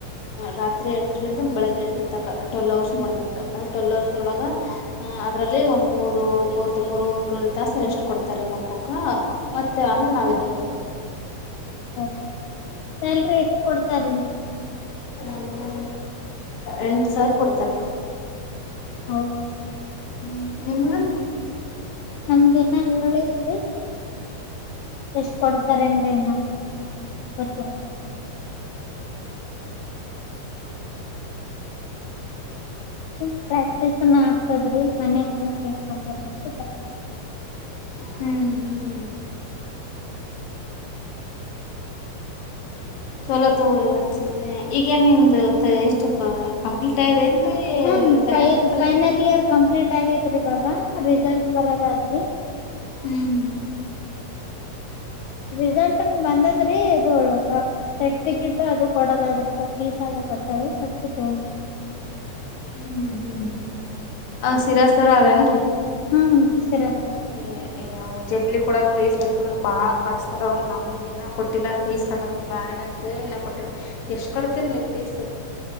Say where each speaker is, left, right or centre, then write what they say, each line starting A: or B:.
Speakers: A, on the left; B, on the left.
A: ರಾತ್ರಿ ಎಂಟರಿಂದ ಬೆಳಗ್ಗೆ ಎಂಟರ ತಕ ಟ್ವೆಲ್ ಅವರ್ಸ್ು ಮಾಡ್ಬೇಕು ಟ್ವೆಲ್ ಹೌರ್ಸ ಹೊಳಗ ಅ ಅದರಲ್ಲಿ ಒಂದ್ ಮೂರು ಮೂರ್ ಮೂರು ಮೂರೂರು ತಾಸು ಎಷ್ಟು ಕೊಡ್ತಾರೆ ಮಕ <unintelligible> ಮತ್ತೆ ಆಮೇಲೆ ನಾವ ಎದ್ದೇಳ್ಬೇಕು.
B: ಹ ಸ್ಯಾಲ್ರಿ ಎಷ್ಟ ಕೊಡ್ತಾರ ನೀ.
A: ನನ್ಗೆ ಎಂಟು ಸಾವಿರ ಕೊಡ್ತಾರ.
B: ಹೌದಾ.
A: ಹ್ಮ್ ನಿಮ್ಗ.
B: ನಮ್ಗೆ ನ ಹೇಳಲೀರಿ ಎಷ್ಟ್ ಕೊಡ್ತಾರೇನ್ರಿ ಗೊತ್ತಿಲ್ಲ. ಸುಮನ್ ಪ್ರಾಕ್ಟೀಸ್ನ ಆಗ್ತದ್ರೀ ಮನ್ಯಾಗಂ ಬಂದು ಏನ್ ಮಾಡ್ಬೇಕ ಅಂತ
A: ಹ್ಮ್ ಹ್ಮ್ ಚೊಲೋ ತಗೋ್ರಿ ಮತ್ತ್ ಸುಮ್ಮನೆ ಈಗೇನ್ ನಿಮ್ದ ಎಷ್ಟಪ್ಪ ಕಂಪ್ಲೀಟ್ ಆಯದ ಏನ್ ರೀ
B: ಹ್ಮ್
A: ಪ್ಯಾರಾಮೆಡಿಕಲನೇ.
B: ಫೈ ಫೈನಲ್ ಇಯರ್ ಕಂಪ್ಲೀಟ್ ಆಗ್ಯಿದ್ರಿ ಇವಾಗ ರಿಸಲ್ಟ್ ಬರೋದ ಆದರಿ <inaudible>
A: ಹೂ <inaudible>
B: ರಿಸಲ್ಟ ಅನು ಬಂದದ್ರೀ ಇದು <inaudible> ಸರ್ಟಿಫಿಕೇಟ್ ಅದು ಕೊಡದಾದ್ರೆ ಸ್ವಲ್ಪ ಫೀಸ್ ಆದ ಕಟ್ಟದು ಕಟ್ಟಿ ತಗೊಂಡ್ ಬಂದ <inaudible>
A: ಹೂ ಹೂ ಅ ಸಿರಸ್ತರ ಅದ ಏನರಿ. <inaudible>
B: ಹಾ ಹ ನಮಸ್ಕಾರ ಅಮ್ಮ. <inaudible>
A: ಏ ಏ ಅವಕ ಎಲ್ಲಿ ಕೂಡಲ್ ರೀ ಸೆಟೀದರ ಬಾಳ ಕಡಸ್ತಾರ ಅವರ ನಮ್ಮ <inaudible> ಇನ್ನ ಕೊಟ್ಟಿಲ್ಲ ಪೀಸ್ ಕಟ್ಟದ ಬ್ಯಾಲೆನ್ಸ್ ಇನ್ನ ಕೊಟ್ಟಿಲ್ಲ ಎಷ್ಟ್ ಕಟ್ತೀರಿ ನೀವ್ ಪೀಸ್? <inaudible>